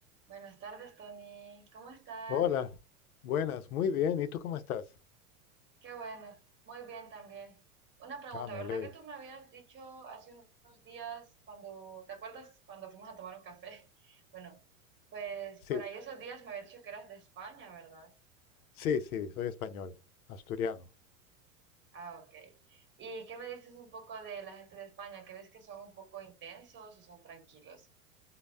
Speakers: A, on the right; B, on the left.
A: Buenas tardes, Tony. ¿Cómo estás?
B: Hola, buenas, muy bien. ¿Y tú cómo estás?
A: Qué bueno. Muy bien también. Una pregunta,
B: Ah, me
A: ¿verdad
B: alegro.
A: que tú me habías dicho hace un- unos días cuando, ¿te acuerdas cuando fuimos a tomar un café? <laughs> Bueno, pues
B: Sí,
A: por ahí esos días me habías dicho que eras de España, ¿verdad?
B: sí, sí, soy español, asturiano.
A: Ah, ok. ¿Y qué me dices un poco de la gente de España? ¿Crees que son un poco intensos o son tranquilos?